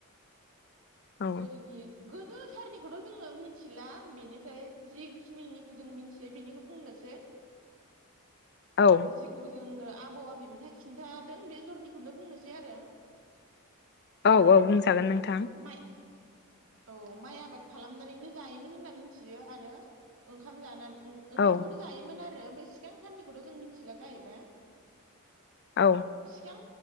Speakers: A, on the left (about 50°); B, on the right (about 60°).
A: औ
B: गोदोनि गोदोथारनिखौथ' जोङो मिथिला बेनिफ्राय जिखिनिनिखौ जों मिथियो बेनिखौ बुंनोसै।
A: औ
B: जिखौबो जोंनो आबौ आबैमोनहा खिन्थादों बे जरनिखौनो बुंनोसै आरो
A: औ औ जागोन नोंथां
B: माइ औ माइ आबाद खालामनानैनो जायोमोन होनना मिथियो आरो ओंखाम जानानै ओंखामखौनो
A: औ
B: जायोमोन आरो बे सिगांथारनिखौथ' जों मिथिला जाहैबाय
A: औ
B: सिगां